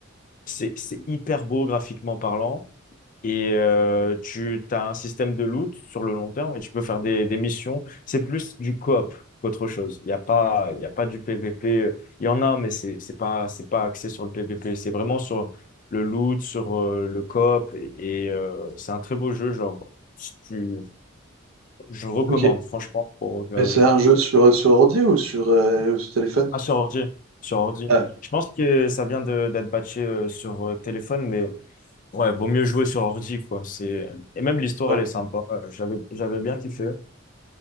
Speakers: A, on the left; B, on the right.
A: C'est c'est hyper beau graphiquement parlant. Et euh, tu as un système de loot sur le long terme et tu peux faire des, des missions. C'est plus du coop qu'autre chose. Il n'y a pas, il y a pas du PVP. Il y en a, mais c'est c'est pas, c'est pas axé sur le PVP. C'est vraiment sur le loot, sur euh, le coop. Et, et, euh, c'est un très beau jeu. Genre, si tu, je recommande,
B: Ok.
A: franchement, pour au cas
B: Mais c'est
A: où-
B: un jeu sur, sur ordi ou sur, euh, ou sur téléphone?
A: Ah, sur ordi. Sur ordi.
B: Ah,
A: Je pense que ça vient de- d'être patché euh, sur euh, téléphone, mais. Ouais, vaut mieux jouer sur ordi, quoi. C'est... Et même l'histoire,
B: ouais.
A: elle est sympa. Euh, J'avais, j'avais bien kiffé.